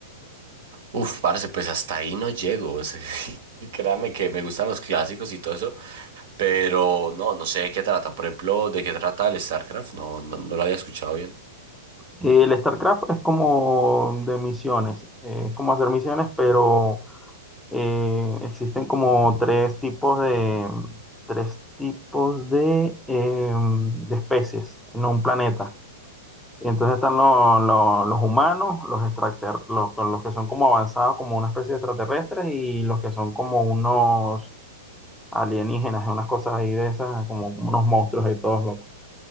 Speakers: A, on the right; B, in the centre.
A: Uf, parce, pues hasta ahí no llego. o sea, <laughs> y Créame que me gustan los clásicos y todo eso, pero no, no sé de qué tratan. Por ejemplo, ¿de qué trata el StarCraft? No, no, no lo había escuchado bien.
B: El StarCraft es como de misiones, eh, es como hacer misiones, pero eh, existen como tres tipos de, tres tipos de, eh, de especies en un planeta. Entonces están lo- lo- los humanos, los, extrater- los, con los que son como avanzados como una especie de extraterrestres y los que son como unos alienígenas, unas cosas ahí de esas, como, como unos monstruos y todos locos.